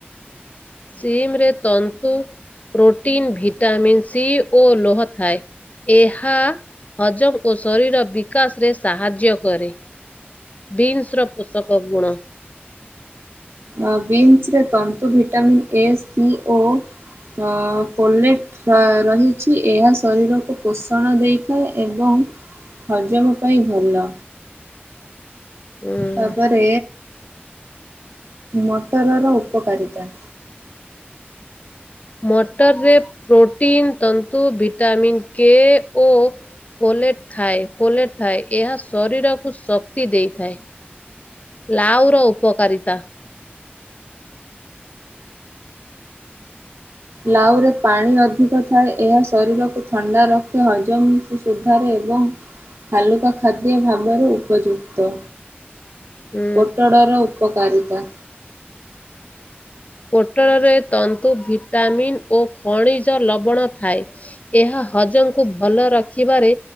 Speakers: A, on the left; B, on the right.
A: ଶିମ୍ ରେ ତନ୍ତୁ ପ୍ରୋଟିନ୍, ଭିଟାମିନ୍ ସି ଓ ଲୌହ ଥାଏ। ଏହା ହଜମ ଓ ଶରୀର ବିକାଶରେ ସାହାଯ୍ୟ କରେ। ବିନ୍ସର ପୋଷକ ଗୁଣ।
B: ଆ ବିନ୍ସରେ ତନ୍ତୁ, ଭିଟାମନ୍ ଏ, ସି, ଓ ହଁ ପୋଲେଟ ରହିଛି। ଏହା ଶରୀରକୁ ପୋଷଣ ଦେଇଥାଏ ଏବଂ ହଜମ ପାଇଁ ଭଲ।
A: ଉଁ
B: ତାପରେ ମଟରର ଉପକାରିତା।
A: ମଟରରେ ପ୍ରୋଟିନ୍, ତନ୍ତୁ, ଭିଟାମନ୍ କେ ଓ ପୋଲେଟ୍ ଖାଏ ପୋଲେଟ୍ ଥାଏ। ଏହା ଶରୀରକୁ ଶକ୍ତି ଦେଇଥାଏ। ଲାଉର ଉପକାରିତା।
B: ଲାଉ ରେ ପାଣି ଅଧିକ ଥାଏ। ଏହା ଶରୀରକୁ ଥଣ୍ଡା ରଖେ। ହଜମକୁ ସୁଧାରେ ଏବଂ ହାଲୁକା ଖାଦ୍ୟ ଭାବରେ ଉପଯୁକ୍ତ।
A: ଉଁ,
B: ପୋଟଡର ଉପକାରିତା।
A: ପୋଟଳରେ ତନ୍ତୁ, ଭିଟାମିନ ଓ ଖଣିଜ ଲବଣ ଥାଏ। ଏହା ହଜମ କୁ ଭଲ ରଖିବାରେ